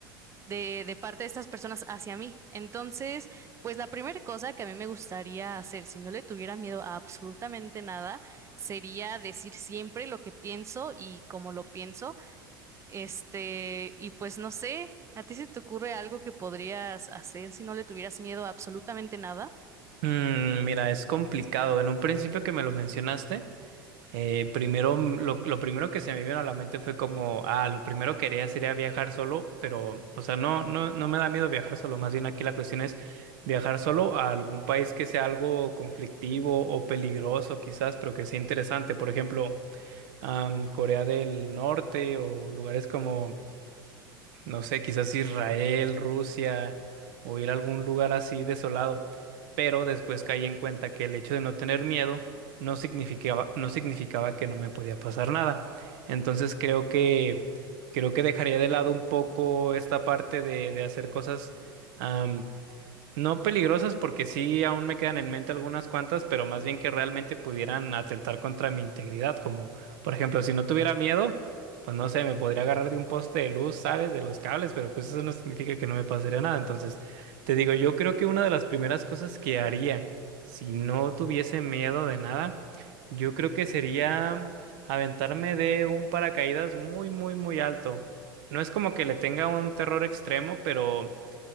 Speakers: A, on the right; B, on the right.
A: de, de parte de estas personas hacia mí. Entonces, pues la primera cosa que a mí me gustaría hacer, si no le tuviera miedo a absolutamente nada, sería decir siempre lo que pienso y cómo lo pienso. Este, y pues no sé, ¿a ti se te ocurre algo que podrías hacer si no le tuvieras miedo a absolutamente nada?
B: Mm, mira, es complicado. En un principio que me lo mencionaste, eh, primero mm, lo, lo primero que se me vino a la mente fue como, ah, lo primero que haría sería viajar solo, pero, o sea, no, no, no me da miedo viajar solo. Más bien aquí la cuestión es viajar solo a algún país que sea algo conflictivo o peligroso, quizás, pero que sea interesante. Por ejemplo, am, Corea del Norte o lugares como no sé, quizás Israel, Rusia o ir a algún lugar así desolado, pero después caí en cuenta que el hecho de no tener miedo no significaba, no significaba que no me podía pasar nada. Entonces creo que creo que dejaría de lado un poco esta parte de, de hacer cosas am, no peligrosas, porque sí aún me quedan en mente algunas cuantas, pero más bien que realmente pudieran atentar contra mi integridad, como por ejemplo, si no tuviera miedo. Pues no sé, me podría agarrar de un poste de luz, ¿sabes? De los cables, pero pues eso no significa que no me pasaría nada. Entonces, te digo, yo creo que una de las primeras cosas que haría si no tuviese miedo de nada, yo creo que sería aventarme de un paracaídas muy, muy, muy alto. No es como que le tenga un terror extremo, pero,